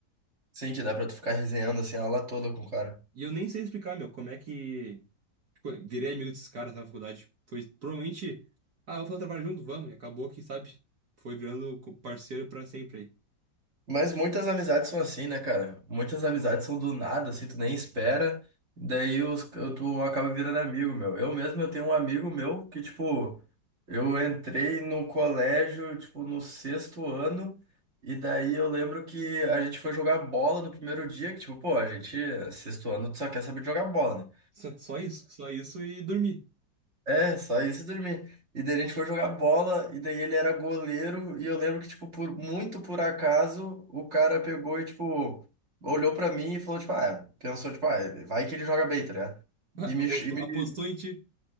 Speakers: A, on the right (about 40°); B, on the right (about 55°).
A: Sim, que dá pra tu ficar resenhando assim a aula toda com o cara.
B: E eu nem sei explicar, meu, como é que tipo, eu virei amigo desses caras na faculdade. Foi provavelmente, ah, vamos fazer um trabalho junto, vamos. E acabou que, sabe, foi virando co- parceiro pra sempre aí.
A: Mas muitas amizades são assim, né, cara? Muitas amizades são do nada, assim, tu nem espera, daí os, tu acaba virando amigo, meu. Eu mesmo, eu tenho um amigo meu que, tipo, eu entrei no colégio, tipo, no sexto ano, e daí eu lembro que a gente foi jogar bola no primeiro dia, que, tipo, pô, a gente, sexto ano, tu só quer saber de jogar bola, né?
B: Só, só isso, só isso e dormir
A: É, só isso e dormir. E daí a gente foi jogar bola, e daí ele era goleiro, e eu lembro que, tipo, por muito por acaso, o cara pegou e, tipo, olhou pra mim e falou, tipo, ah, pensou, tipo, ah, vai que ele joga bem, tá ligado?
B: <laughs> Ah,
A: E me,
B: Apostou,
A: e me,
B: apostou em ti.